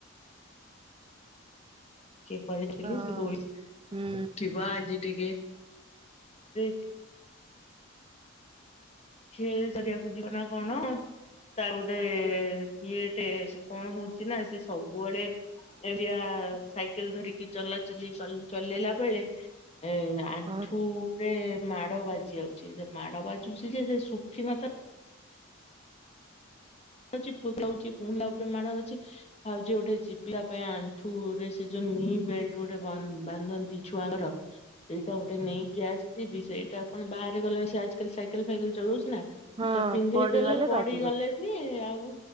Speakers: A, on the left; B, on the right.
A: <unintelligible> ସେ ଶୋଇଛି
B: ହଁ। ହୁଁ
A: ଉଠିବ ଆଜି ଟିକେ <inaudible> ନାଇ ଖେଳି ସାରିବାକୁ ଯିବ ନା କଣ। ତାର ଗୋଟେ--ଇଏଟେ, ସେ କଣ ହଉଚି ନା ସେ ସବୁବେଳେ ଏମିତିଆ, ସାଇକେଲ ଧରିକି ଚଲାଚଲି ଚଲେଇଲା ବେଳେ ଏ, ଆଣ୍ଠୁ
B: ହଁ
A: -ରେ, ମାଡ ବାଜି ଯାଉଚି, ସେ ମାଡ ବାଜୁଚି ଯେ ସେ ଶୁଖି ନଥା ଉଛି ପକଉଚି, ପୁଣି ଆଉଥରେ ମାଡ଼ ହଉଚି। ଯାଉଚି, ଗୋଟେ ଯିବି ଆ ପାଇଁ ଆଣ୍ଠୁରେ- ସେ ଯୋଉ ନି ବେଲ୍ଟ ଗୋଟେ ବାନ୍ଧ ଦି ଛୁଆଙ୍କର- <inaudible> ଏଇଟା ଗୋଟେ ନେଇକି ଆସିବି, ସେଇଟା କଣ ବାହାରେ ଗଲାବେଳେ ସେ ଆଜ କାଲି ସାଇକେଲ ଫାଇକେଲ ଚଲଉଚି ନା। <inaudible>
B: ହଁ
A: ସେଟା ପିନ୍ଧେଇ
B: ପଡିଗଲେ
A: ଦେେଲେ ପଡିଗଲେ
B: ବାଜିବନି।
A: ବି ଆଉ